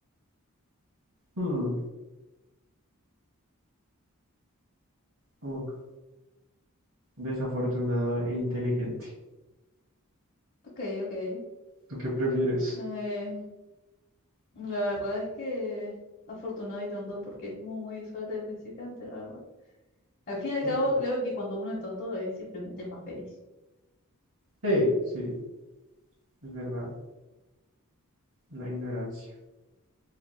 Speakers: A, on the right; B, on the left.
A: Hmm, uf, Desafortunado e inteligente.
B: Ok, ok.
A: ¿Tú qué prefieres?
B: Eh, la verdad es que afortunado y tonto porque es como muy suerte de principiante, la verdad. Al fin y al
A: Ok.
B: cabo, creo que cuando uno es tonto es simplemente más feliz.
A: Sí, sí, es verdad. La ignorancia.